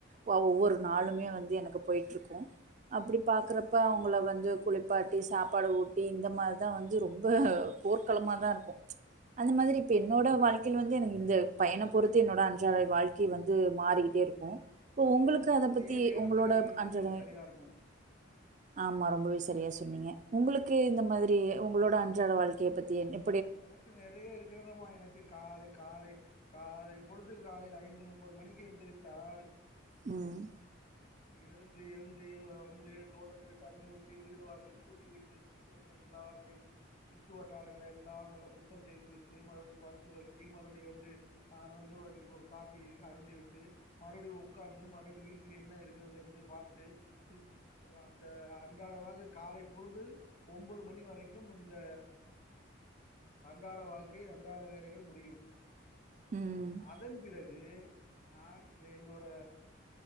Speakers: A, on the right (about 35°); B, on the left (about 35°).
A: வ ஒவ்வொரு நாளுமே வந்து எனக்கு போயிட்ருக்கு அப்புடி பாக்குறப்ப அவுங்ள வந்து குளிப்பாட்டி சாப்பாடு ஊட்டி இந்த மார்தா வந்து ரொம்ப போர்க்களம்மாதா இருக்கு அது மாதுரி என்னோட வாழ்க்கைல் வந்து எனக்கு இந்த பையனா பொறுத்து என்ன அன்றாட வாழ் கி வந்து மாறிக்கிட்டே இருக்கு போ உங்குளுக்கு
B: உங்களுக்கு
A: அத
B: அதுலயே
A: பத்தி
B: நேரத்த
A: உங்களோட
B: கழிக்கிறதுக்கு
A: அன்றடே
B: உங்களுக்கு சரியா இருக்கு
A: ஆம்மா ரொம்பவே சரியா சொன்னீங்க உங்களுக்கு
B: ம்
A: இந்த மாதுரி உங்களோட அன்றாட வாழ்க்கைய பத்தி என்னே
B: எனக்கு நெறைய இருக்குறதம்மா எனக்கு காலை காலை காலை பொழுதில் காலையில ஐந்து முப்பது மணிக்கு எந்துரித்தால்
A: ம்
B: எழுந்து ஏந்தி வந்து தோட்டத்துக்கு தண்ணி ஊத்தி வீடு வாசல் கூட்டி விட்டு சுத் துல் பாத்திங்களா அப்பியு சொல் சுட்டு வட்டாரங் வேல எல்லா நல்லா சுத்தம் செய்து விட்டு மறுவ்டி பல் துளக்கி மறுப்டி வந்து நானு வந்து வதகி ஒரு காப்பி அருந்திவிட்டு மறுப்டி ஒக்காந்து மறுவ்டி வீட்டில் என்ன இருக்கிறது என்று பார்த்து வ அந்த அன்றாட வாழ்கை காலை பொழுதில் ஒம்பொது மணி வரக்கும் இந்த அ அன்றாட வாழ்க்கை அன்றாட வேலைகள் முடியும்
A: ம்.
B: அதன் பிறகு நான் என்னோட